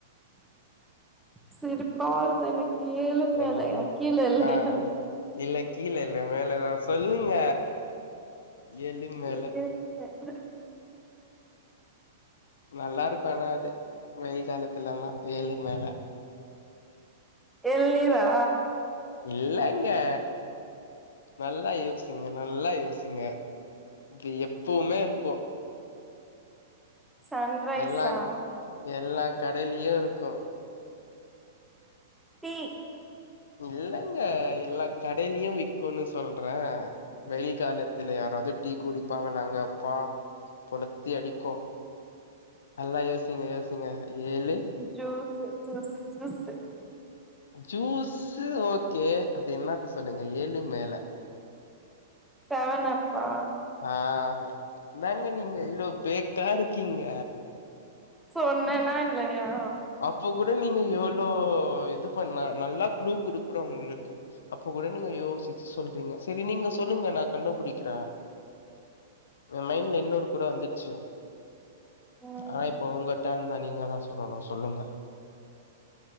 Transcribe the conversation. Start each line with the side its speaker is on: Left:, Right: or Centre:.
Centre: சிரிப்பா வருது எனக்கு ஏழு மேலாயா
Left: ம்
Centre: கீழ இல்லையா
Left: ஆ இல்ல கீழே இல்ல மேலதா சொல்லுங்க ஏழு மேல
Centre: ஏழு மேல
Left: நல்லா இருக்கு ஆனா அது வெயில் காலத்துல எல்லா ஏழு மேல
Centre: எல்நீரா
Left: இல்லங்கா நல்லா யோச்சிங்க நல்லா யோசிங்க இங்க எப்போமே இருக்கு
Centre: சன்ரைஸ்ஸா
Left: எல்லா எல்லா கடைலியு இருக்கு
Centre: டீ
Left: இல்லைங்க எல்லா கடையிலு விக்குனு சொல்றே வெயில் காலதுல யாராவது டீ குடிப்பாங்களாங்க அப்பா கொலித்தி அடிக்கு நல்லா யோசிங்க யோசிங்க ஏலு
Centre: juice juice juice
Left: juice okay அது என்னது சொல்லுங்க ஏலு மேல
Centre: செவன் அப் பா
Left: ஆ என்னங்க நீங்க இவ்ளோ பேக்கா இருக்கீங்க
Centre: சொன்னேனா இல்லையா
Left: அப்போ கூட நீங்க இவ்ளோ இது பண்ண நல்லா க்ளூ குடுக்குறோ உங்ளுக்கு அப்ப கூட நீங்க யோசிச்சு சொல்றீங்க சேரி நீங்க சொல்லுங்க நா கண்டுபுடிக்கிறே என் மைண்ல இன்னொரு க்ளூ வந்துச்சு
Centre: ம்
Left: ஆனா இப்போ உங்க டேம் தான் நீங்க தா சொல்லணு சொல்லுங்க